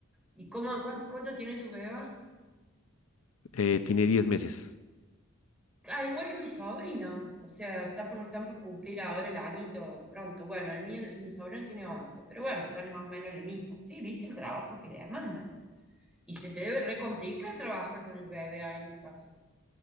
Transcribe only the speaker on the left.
Eh, tiene diez meses.